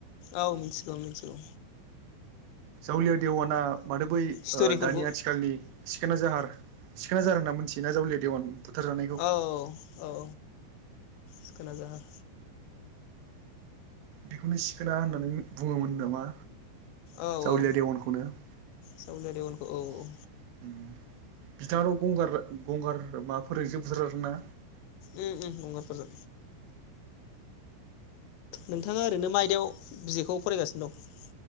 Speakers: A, on the left; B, on the right.
A: औ मिनथिगौ मिनथिगौ
B: जावलिया देवाना माथो बै
A: स्ट'रिफोरखौ
B: ओ दानि आथिखालनि सिखोना जाहार सिखोना जाहार होनना मिथियो ना जावलिया देवान थारजानायखौ
A: औ औ सिखोना जाहार
B: बेखौनो सिखोना होननानै बुङोमोन नामा‌?
A: औ
B: जावलिया
A: औ
B: देवानखौनो उम
A: सावुल रेवनखौ औ औ
B: बिथाङाथ' गंगार गंगार माबाफोरजोंसो बुथारजादों ना
A: उम उम गंगारफोरजों। नोंथाङा ओरैनो मा आइदायाव बिजेखौ फरायगासिनो दं?